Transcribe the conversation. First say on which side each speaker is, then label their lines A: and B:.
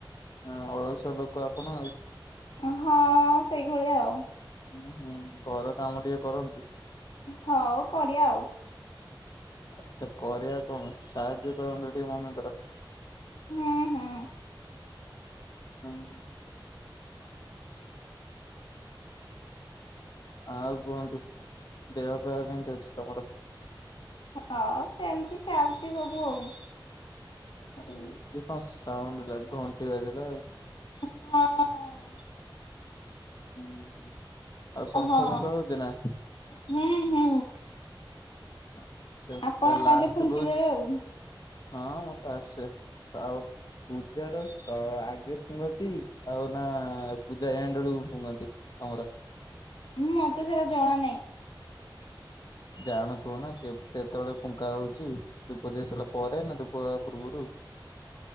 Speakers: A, on the left (about 50°); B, on the left (about 70°).
A: ହଁ ଅଳଶୁଆ ଲୋକ ଆପଣ ଆଉ।
B: ହଁ ସେଇଭଳିଆ ଆଉ।
A: ହୁଁ ହୁଁ ଘର କାମ ଟିକେ କରନ୍ତୁ।
B: ହଉ କରିବା ଆଉ।
A: ଆଛା କରିବା କଣ ସାହାଯ୍ୟ କରନ୍ତୁ ଟିକେ ମମିକ ର। <inaudible>
B: ହୁଁ ହୁଁ
A: ହଁ। ଆଉ କୁହନ୍ତୁ ଦେହପା ହ କେମିତି ଅଛି ତମର?
B: ହଁ ସେମିତି ଚାଲିଛି ସବୁ ଆଉ।
A: କଣ ସାଉଣ୍ଡ ଘଣ୍ଟି ବାଜିଲ ଆଉ।
B: ହଁ।
A: ହଁ ହ ଆଉ ଶଙ୍ଖ
B: ହଁ
A: ଫୁଙ୍ଖ ହଉଛି ନା।
B: ହୁଁ ହୁଁ।
A: ଆଛା
B: ଆପଣ
A: ଲାଷ୍ଟ
B: ଆଇଲେ ଫୁଙ୍କିଦେବେ
A: କହୁଛ
B: ଆଉ
A: ହଁ ମୋଟେ ଆସେ ସାଉଟ ପୂଜାର ସ ଆଗେ ଫୁକନ୍ତି ଆଉ ନା ପୂଜା ଏଣ୍ଡ ବେଳକୁ ଫୁକନ୍ତି? ତମର।
B: ମତେ ସେଟା ଜଣା ନାହିଁ।
A: ଜାଣୁଥିବ ନା କେ କେତେବେଳେ ଫୁଙ୍କା ହଉଛି ଧୂପ ଦିୟା ସ ପରେ ନା ଧୂପ ଦବା ପୂର୍ବରୁ।